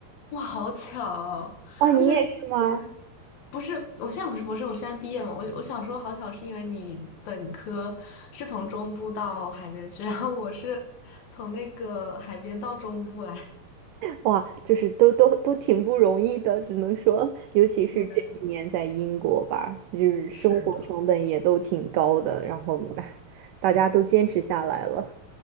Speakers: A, on the left; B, on the right.
A: 哇，好巧，
B: 哦，你也是吗？
A: 就是嗯不是？我现在不是博士，我现在毕业嘛。我我想说好巧，是因为你本科是从中部到海边去，然后我是从那个海边到中部来。
B: 哇，就是都都都挺不容易的，只能说，尤其是这几年在英国吧，
A: <laughs> 对，
B: 就是生活成本也都挺高的，
A: 是的。
B: 然后唉大家都坚持下来了。